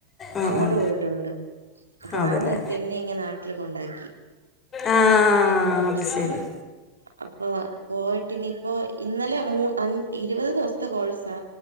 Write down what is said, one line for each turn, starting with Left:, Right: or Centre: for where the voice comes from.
Left: ആ ഉം
Right: അങ്ങോട്ട്
Left: ഉം
Right: പോയിട്ടുണ്ട് അപ്പൊ
Left: അതല്ലേ
Right: ആഹ് നേരത്തെ എന്നെ ഇങ്ങ് നാട്ടില് കൊണ്ടാക്കി
Left: ആ
Right: എന്റെ നാട്ടിൽ
Left: അത് ശരി
Right: ആഹ് അപ്പൊ പോയിട്ട് ഇനിപ്പോ ഇന്നലെ മൂ അ ഇരുപത് ദിവസത്തെ കോഴ്സാ